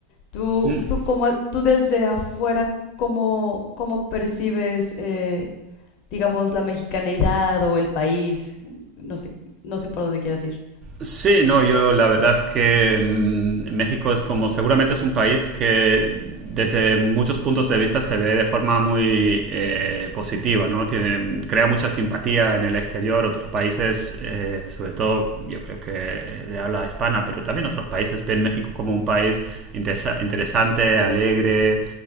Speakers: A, on the left; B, on the right.
A: Tú,
B: Mm.
A: tú, como, tú desde afuera, ¿cómo, cómo percibes eh, digamos, la mexicaneidad o el país, no sé, no sé por dónde quieras ir,
B: Sí, no, yo la verdad es que mm, México es como, seguramente es un país que desde muchos puntos de vista se ve de forma muy eh, positiva, ¿no? Tiene, crea mucha simpatía en el exterior, otros países, eh, sobre todo yo creo que de habla hispana, pero también otros países ven México como un país interesa- interesante, alegre,